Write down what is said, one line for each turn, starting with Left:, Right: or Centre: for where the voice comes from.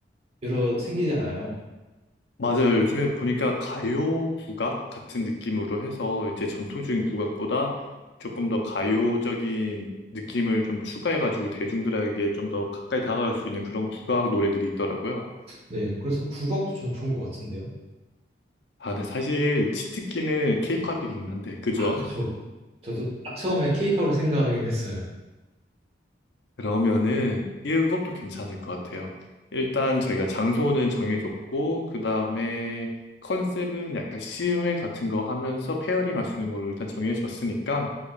Right: 여러 생기잖아요.
Left: 맞아요. 요즘에 보니까 가요 국악 같은 느낌으로 해서 이제 전통적인 국악보다 조금 더 가요적인 느낌을 좀 추가해가지고 대중들에게 좀 더 가까이 다가갈 수 있는 그런 국악 노래들이 있더라고요.
Right: 네, 그래서 국악도 전 좋은 것 같은데요.
Left: 아, 근데 사실 치트키는 케이팝이긴 한데, 그죠?
Right: 아, 그렇죠 저도 딱 처음에 케이팝을 생각하긴 했어요.
Left: 그러면은 이것도 괜찮을 것 같아요. 일단 저희가 장소는 정해줬고, 그 다음에 컨셉은 약간 시음회 같은 거 하면서 페어링 할 수 있는 걸로 일단 정해줬으니까,